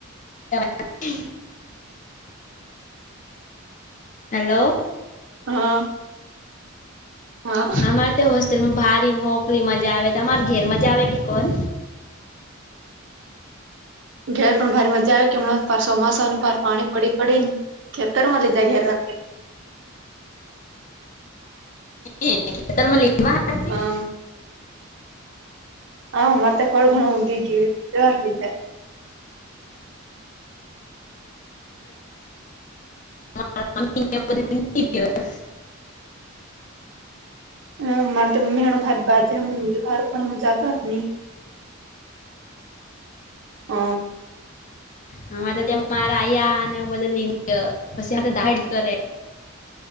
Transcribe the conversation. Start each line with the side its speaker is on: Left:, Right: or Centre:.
Left: <unintelligible> હેલો
Right: હા હા
Left: અમારે ત હોસ્ટેલમાં ભારે મોકલી મજા આવે અમાર ઘેર મજા આવે કે કોન
Right: ઘેર પણ ભારે મજા આવી કેમ ચોમાસાનું પાર પાણી પડી પડીને ખતર મને જ ઘેર રા
Left: હ ખતર લવા
Right: હમ હા મરતે કોળગણ હી જીવાર્તી છેે
Left: <unintelligible>
Right: <unintelligible> ઓ
Left: <unintelligible>